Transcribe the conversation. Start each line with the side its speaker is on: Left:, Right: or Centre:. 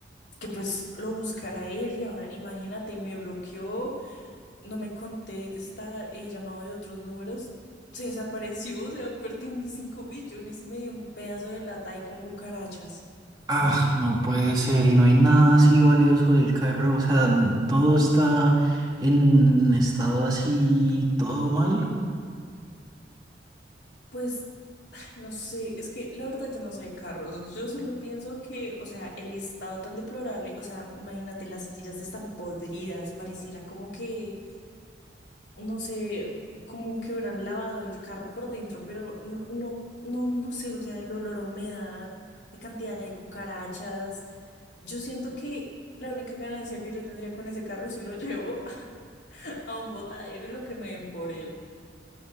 Left: que pues lo buscara él y ahora imagínate, me bloqueó, no me contesta, he llamado de otros números, se desapareció, o sea, perdí mis cinco millones y me dio un pedazo de lata ahí con cucarachas.
Right: Ah,
Left: Mm.
Right: no puede ser, y no hay nada así valioso del carro, o sea, n- todo está en estado así, todo mal.
Left: Pues No sé, es que la verdad yo no sé de carros. Yo solo pienso que, o sea, el estado tan deplorable, o sea, imagínate, las sillas están podridas, pareciera como que, no sé, como que hubieran lavado el carro por dentro, pero no, no, no, no sé, o sea, el olor a humedad, la cantidad de cucarachas. Yo siento que la única ganancia que yo tendría con ese carro si lo llevo <laughs> a un botadero y lo que me den por él.